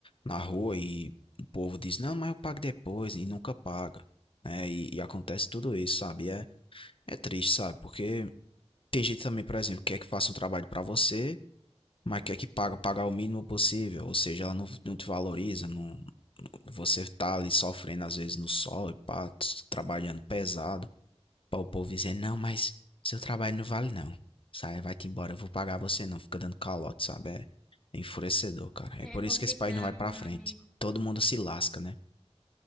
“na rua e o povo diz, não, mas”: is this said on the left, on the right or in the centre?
Left